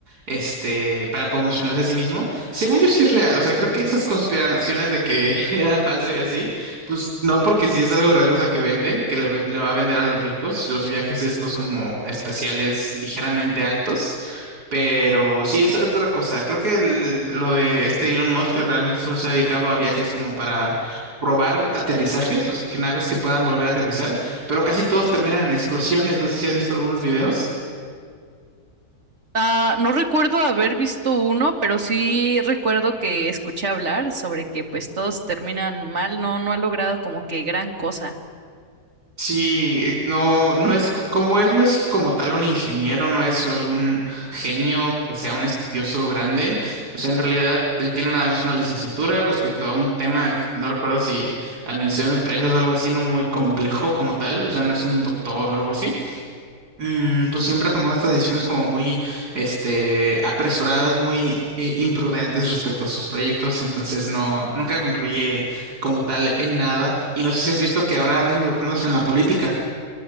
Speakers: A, on the right; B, on the right.
A: este, para promocionarse a sí mismo. Según yo sí es real, o sea, creo que esas conspiraciones de que <laughs> era falso y así, pues no, porque si es algo real, o sea, que vende, que le, le va a vender a los ricos, los viajes estos como espaciales ligeramente altos. Pero sí, es otra cosa. Creo que el- lo de este Elon Musk que realmente solo se ha dedicado a viajes como para probar aterrizajes, o sea, que naves que puedan volver a aterrizar, pero casi todos terminan en explosiones. No sé si has visto algunos videos.
B: Ah, no recuerdo haber visto uno, pero sí recuerdo que escuché hablar sobre que pues todos terminan mal, no, no ha logrado como que gran cosa.
A: Sí, eh, no, no es co- como él, no es como tal un ingeniero, no es algún genio que sea un estudioso grande. O sea, en realidad él tiene nada más una licenciatura respecto a un tema, que no recuerdo si administración de empresas, algo así, no muy complejo como tal. O sea, no es un doctor o algo así. Mm, pues siempre ha tomado estas decisiones como muy, este, apresuradas, muy eh, imprudentes respecto a sus proyectos, entonces no, nunca concluye como tal en nada. Y no sé si has visto que ahora anda involucrándose en la política,